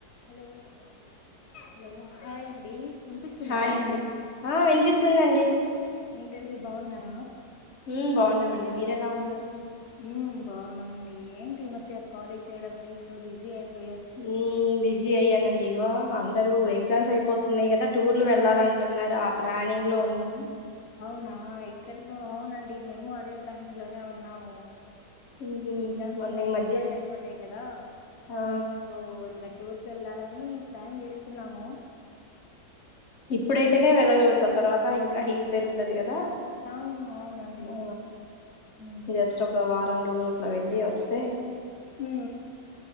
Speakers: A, on the left (about 65°); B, on the left (about 45°).
A: Hello hello hi అండి వినిపిస్తుందా
B: hi అండి ఆ వినిపిస్తుందండి
A: ఏంటండి బాగున్నారా
B: ఉమ్ బాగున్నామండి మీరెలా ఉన్నారు
A: ఉమ్ బాగున్నామండి ఈ మధ్య కాలే చేయడం లేదు ఫుల్ బిజీ అయిప్
B: ఉమ్ బిజ్ జీ యేయ్యానండి ఇగో అందరూ ఎగ్జామ్స్ అయిపోతున్నాయి కదా టూర్లు వెళ్ళాల్ అంటున్నారు ఆ ప్లానింగ్ లో ఉన్నామ్
A: అవునా ఇక్కడికో అవున్ అండి మేము అదే ప్లానింగ్ లోనే ఉన్నాము
B: ఉహు
A: ఎగ్ జామ్స్
B: మొన్న
A: ఇంగ
B: ఈ
A: నెక్స్ట్
B: మధ్య
A: మంత్ అయిపోతాయి కదా
B: ఆ
A: సో ఇంగ టూర్ వెళ్ళాలని ప్లాన్ చేస్తున్నాము
B: ఇప్పుడైతేనే
A: ఉమ్
B: వెళ్ళగలుగుతాం తర్వాత ఇంకా హీట్ పెరుగుతుంది కదా
A: అవును అవునండి
B: ఆ
A: ఉ ఉ
B: జస్ట్ ఒక వారం రోజులు అట్లా వెళ్ళి వస్తే
A: ఉ